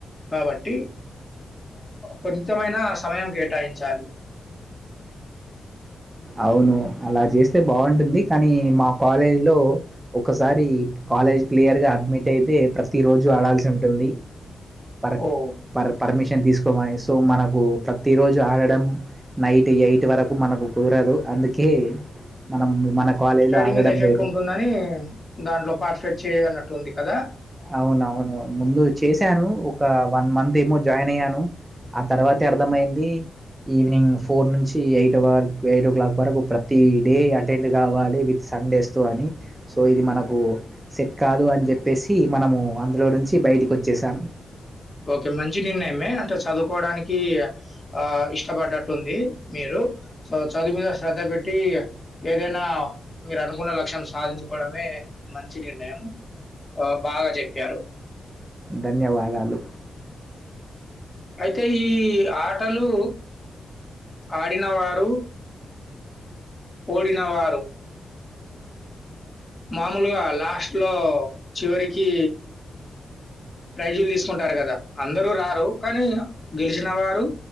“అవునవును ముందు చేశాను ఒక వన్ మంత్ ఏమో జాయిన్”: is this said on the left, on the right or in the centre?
Right